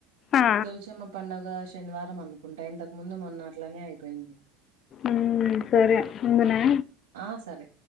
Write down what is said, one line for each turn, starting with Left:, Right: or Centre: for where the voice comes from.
Left: ఆ!
Right: తులసమ్మ పండుగ శనివారం అనుకుంట ఇంతకు ముందు మొన్న అట్లనే అయిపోయింది
Left: ఉమ్ సరే ఉందునా
Right: అ సరే